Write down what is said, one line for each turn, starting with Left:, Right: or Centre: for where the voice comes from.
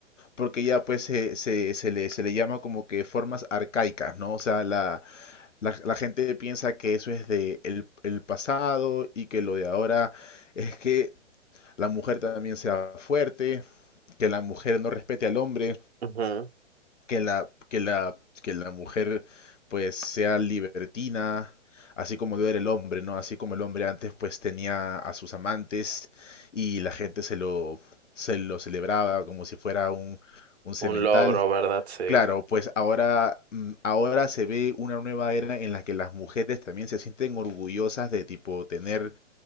Left: porque ya pues se, se, se le, se le llama como que formas arcaicas, ¿no? O sea, la, la, la gente piensa que eso es de el, el pasado y que lo de ahora es que la mujer también sea fuerte, que la mujer no respete al hombre,
Right: Ujú.
Left: que la, que la, que la mujer pues sea libertina, así como debe era el hombre, ¿no? Así como el hombre antes pues tenía a sus amantes y la gente se lo, se lo celebraba como si fuera un, un semental.
Right: Un logro, ¿verdad? Sí,
Left: Claro, pues ahora, mm, ahora se ve una nueva era en la que las mujeres también se sienten orgullosas de tipo tener